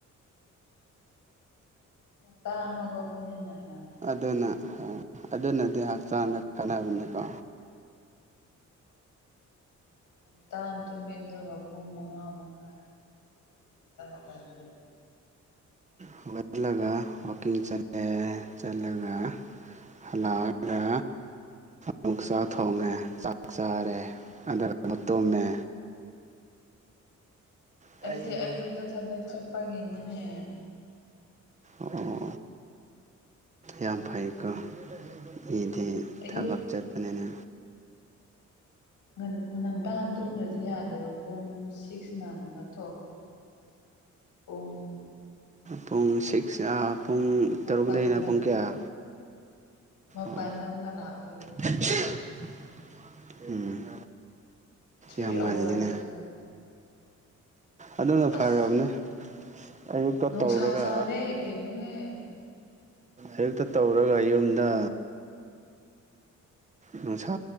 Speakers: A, on the left; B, on the right.
A: ꯉꯟꯇ ꯍꯧꯒꯠꯄꯅꯤꯅ ꯌꯥꯗꯦ꯫
B: ꯑꯗꯨꯅ ꯍꯣꯏ ꯑꯗꯨꯅꯗꯤ ꯍꯛꯆꯥꯡꯗ ꯀꯥꯟꯅꯕꯅꯤꯀꯣ꯫
A: ꯉꯟꯇꯥꯅ ꯇꯨꯝꯃꯦ ꯑꯗꯨꯒ ꯄꯨꯡ ꯃꯉꯥ ꯃꯈꯥꯏ ꯑꯗꯨꯗ ꯍꯧꯒꯠꯂꯦ
B: ꯍꯧꯒꯠꯂꯒ ꯋꯥꯀꯤꯡ ꯆꯠꯂꯦ ꯆꯠꯂꯒ ꯍꯜꯂꯛꯑꯒꯥ ꯑꯃꯨꯛ ꯆꯥꯛ ꯊꯣꯡꯉꯦ ꯆꯥꯛ ꯆꯥꯔꯦ ꯑꯗꯨꯒ ꯑꯃꯨꯛ ꯇꯨꯝꯃꯦ꯫ ꯇꯥꯏꯌꯦ
A: ꯑꯩꯗꯤ
B: ꯇꯥꯏꯌꯦ꯫
A: ꯑꯌꯨꯛꯇ ꯊꯕꯛ ꯆꯠꯄꯒꯤꯅꯤꯅꯦ꯫
B: ꯑꯣ ꯌꯥꯝ ꯐꯩꯀꯣ ꯃꯤꯗꯤ
A: ꯑꯌꯨꯛ
B: ꯊꯕꯛ ꯆꯠꯄꯅꯤꯅ
A: ꯉꯟ ꯉꯟꯇꯥ ꯇꯨꯝꯗ꯭ꯔꯗꯤ ꯌꯥꯗꯦꯕ ꯄꯨꯡ ꯁꯤꯛꯁ ꯅꯥꯟ ꯑꯃ ꯊꯣꯛ <unintelligible> ꯄꯨꯡ
B: ꯄꯨꯡ ꯁꯤꯛꯁ ꯑ ꯄꯨꯡ
A: ꯃꯥꯄꯜꯗ
B: ꯇꯔꯨꯛꯗꯩꯅ ꯄꯨꯡ ꯀꯌꯥ
A: ꯃꯄꯟꯗ
B: ꯑꯣ
A: ꯑꯝꯒ ꯂꯥꯛꯗꯣꯏꯕ
B: <unintelligible> ꯎꯝ
A: ꯊ꯭ꯔꯤ
B: ꯌꯥꯝ ꯉꯜꯂꯤꯅꯦ
A: ꯑꯋꯥꯔꯁ ꯇꯧꯕ
B: ꯑꯗꯨꯅ
A: ꯑꯁ
B: ꯐꯔꯕꯅꯦ ꯑꯌꯨꯛꯇ
A: ꯅꯨꯡꯁꯥ
B: ꯇꯧꯔꯒ
A: ꯁꯥꯔꯦ ꯀꯩꯅꯣꯍꯦ
B: ꯑꯌꯨꯛꯇ ꯇꯧꯔꯒ ꯌꯨꯝꯗ ꯅꯨꯡꯁꯥ